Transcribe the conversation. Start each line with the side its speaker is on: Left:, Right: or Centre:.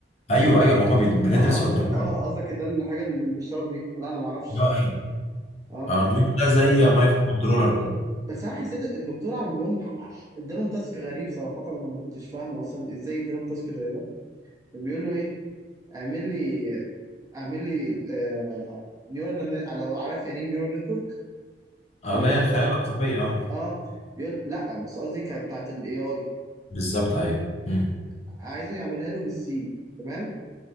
Left: ايوه ايوه ما هم بندرس
Right: اه قصدك
Left: اردوينو
Right: اه قصدك ده الحاجة اللي بيشتغلوا بيها لا انا ما اعرفش الصراحة
Left: اه ايوه
Right: اه
Left: اردوينو ده زي
Right: بس
Left: مايكرو كنترولر كده
Right: بس انا حسيت الدكتور عندهم ادالهم تاسك غريب صراحة انا ما كنتش فاهمه اصلا ازاي ادالهم تاسك زي ده بيقول له ايه اعمل لي اعمل لي آه نيورال لو عارف يعني ايه نيورال نتورك سمعت
Left: آه، اللي هي
Right: عن
Left: الخلايا العصبيه اه
Right: اه يقول لا بس قصدي كانت بتاعت الاي اي
Left: بالظبط ايوه مم.
Right: عايزه يعملها له بالسي تمام